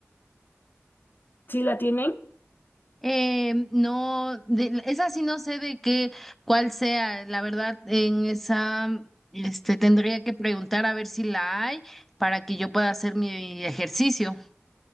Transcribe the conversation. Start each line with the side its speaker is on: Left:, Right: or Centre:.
Left: ¿Sí la tienen?
Centre: Eh, no, de, esa sí no sé de qué, cuál sea, la verdad, en esa, este, tendría que preguntar a ver si la hay para que yo pueda hacer mi ejercicio.